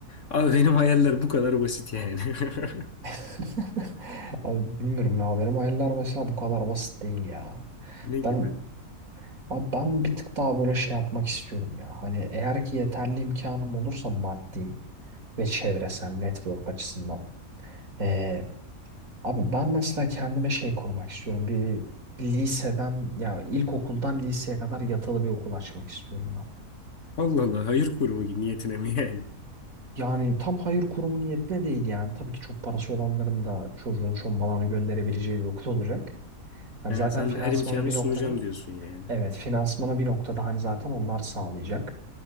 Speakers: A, on the left; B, on the right.
A: Abi benim hayaller bu kadar basit yani. <laughs>
B: <laughs> Abi bilmiyorum ya benim hayaller mesela bu kadar basit değil ya.
A: Ne gibi?
B: Ben abi ben bir tık daha böyle şey yapmak istiyorum ya. Hani eğer ki yeterli imkanım olursa maddi ve çevresel network açısından. Ee, abi ben mesela kendime şey kurmak istiyorum. Bir, bir liseden ya ilkokuldan liseye kadar yatılı bir okul açmak istiyorum
A: Allah Allah hayır kurumu gibi niyetine mi yani?
B: Yani tam hayır kurumu niyetine değil yani. Tabii ki çok parası olanların da çocuğun şombalağını gönderebileceği bir okul olacak. Hani
A: Ha,
B: zaten
A: sen
B: finansmana
A: her imkanı
B: bir
A: sunacağım
B: noktada
A: diyorsun yani.
B: evet finansmana bir noktada hani zaten onlar sağlayacak.